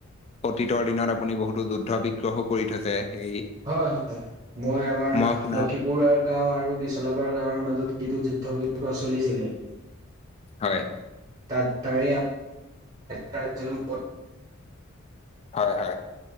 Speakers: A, on the left; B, on the right.
A: অতীতৰ দিনত আপুনি বহুতো যুদ্ধ বিগ্ৰহো কৰি থৈছে, সেই
B: হয়, হয়, মই আমাৰ
A: মই শুনা
B: লক্ষীমপুৰ কুকুৰাৰ গাঁও আৰু পিছলাপাৰ গাঁৱৰ মাজত যিটো যুদ্ধ বিগ্ৰহ চলিছিলে।
A: হয়।
B: তাত, তাৰে আ তাত <inaudible>
A: হয়, হয়।